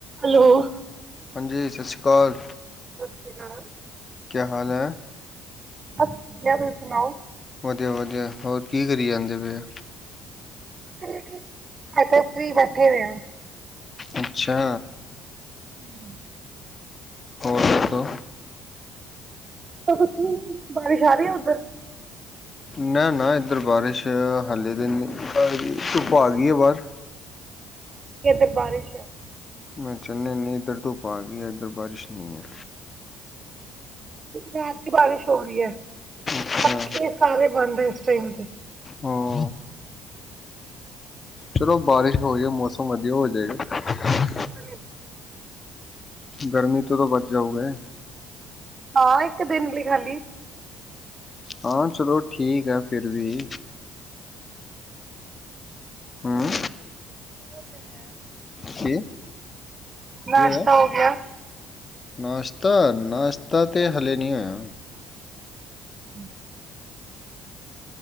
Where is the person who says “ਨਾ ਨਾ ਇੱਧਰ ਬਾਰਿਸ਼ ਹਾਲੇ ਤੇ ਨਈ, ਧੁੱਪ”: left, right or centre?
Left